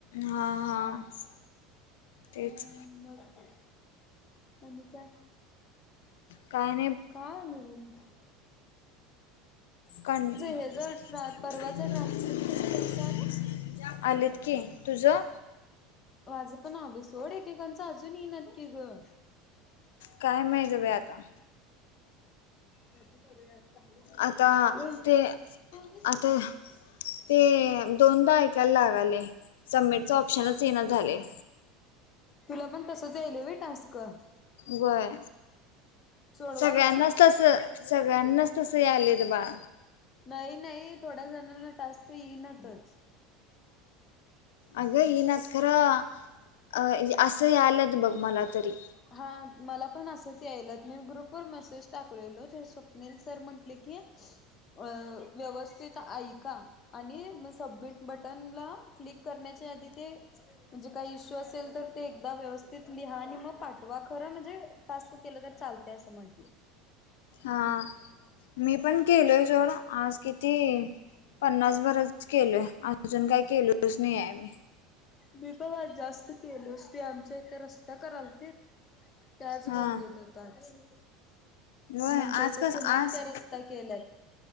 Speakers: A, on the left; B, on the left.
A: हां. हा. तेच
B: हं बग. आणि काय,
A: काय
B: काय आणि <unintelligible>
A: काण <unintelligible>
B: हे ज परवाच ट्रान्स्क्रिप्शनच पैसे आलं
A: आलीत की तुझं?.
B: माझं पण आलं सोड, एकेकांचं अजून येईनात कि गं.
A: काय माहित बई आता.
B: बायको करूया, चांगली पुरगी
A: आता
B: करूया व्हयं पुरगी
A: ते
B: कोण
A: आता
B: हाय?
A: ते दोनदा ऐकायला लागालंय, सबमिटचं ऑप्शनच ईना झालंय.
B: तुला पण तसंच यायलंय व्हय टास्क.
A: व्हंय
B: सोडवाल्या
A: सगळ्यांनाच तसं सगळ्यांनाच. तसं यालेत बाळ.
B: नाही, नाही थोड्या जणांना टास्क ईनातच.
A: अगं ईनात खरं अ असं याल्यात बघ.
B: <unintelligible>
A: मला तरी
B: हा मला पण असंच यायल्यात मी ग्रुप वर मेसेज टाकलेलो ते स्वप्नील सर म्हंटले की, अं व्यवस्थित ऐका. आणि म सबमिट बटन ला क्लिक करण्याच्या आधी ते म्हणजे काय इशू असेल तर ते एकदा व्यवस्थित. लिहा आणि मग पाठवा खरं म्हणजे टास्क केलं तर चालतंय असं म्हंटले.
A: हां मी पण केलोय सोड आज किती पन्नासभरच केलोय. अजून काय केलोच नाही आहे मी.
B: मी पन आज जास्त केलोस ते आमच्या इथं रस्ता करालतीत, त्याचाच
A: हा
B: गुंगीत होतो आज.
A: व्हय
B: आमच्या
A: आज
B: इथं
A: कस
B: सिमेंटचा
A: आज
B: रस्ता केल्यात.